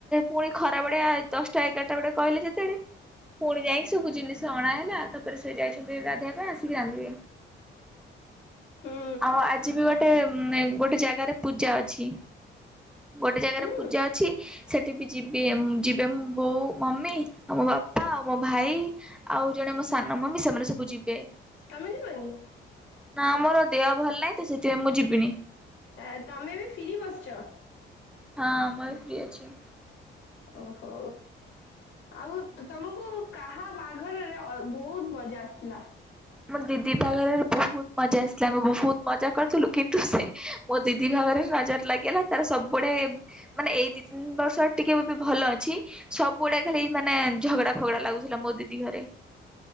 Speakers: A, in the centre; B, on the left (about 75°).
A: ପୁଣି ଖରା ବଡିଆ ଦଶଟା ଏଗାରଟା ଗୋଟେ କହିଲେ ଯେତେବେଳେ ପୁଣି ଯାଇକି ସବୁ ଜିନିଷ ଅଣା ହେଲା ତାପରେ ସେ ଯାଇଛନ୍ତି ଗାଧେଇବା ପାଇଁ ଆସିକି ରାନ୍ଧିବେ।
B: ହୁଁ
A: ଆଉ ଆଜି ବି ଗୋଟେ ଗୋଟେ ଜାଗାରେ ପୂଜା ଅଛି ଗୋଟେ ଜାଗାରେ
B: ହୁଁ
A: ପୂଜା ଅଛି ସେ ଠିକି ଯିବି ଯିବେ ବୋଉ ମମି ଆଉ ମୋ ବାପା ଆଉ ମୋ ଭାଇ ଆଉ ଜଣେ ମୋ ସାନ ମମି ସେମାନେ ସବୁ ଯିବେ।
B: ତମେ ଯିବନି?
A: ନା ମୋର ଦେହ ଭଲ ନାହିଁ ତ ସେଥିପାଇଁ ମୁଁ ଯିବିନି।
B: ଆ ତମେ ବି ଫ୍ରି ବସିଛ
A: ହଁ ଆମର ଫ୍ରି ଅଛି।
B: ଓହୋ। ଆଉ ତମକୁ କାହା ବାହାଘର ରେ ଅ ବହୁତ୍ ମଜା ଆସଥିଲା?
A: ମୋର ଦିଦି ତାଗରେ ବହୁତ୍ ମଜା ଆସିଲା ଆମେ ବହୁତ୍ ମଜା କରିଥିଲୁ କିନ୍ତୁ ସେ ମୋ ଦିଦି ଭାଗରେ ନଜର ଲାଗି ଲା ତାର ସବୁ ଗୁଡେ ମାନେ ଏଇ ଦି ତିନି ବର୍ଷ ଟିକେ ବି ଭଲ ଅଛି ସବୁ ଗୁଡେ ଖାଲି ମାନେ ଝଗଡା ଫଗଡା ଲାଗୁଥିଲା ମୋ ଦିଦି ଘରେ।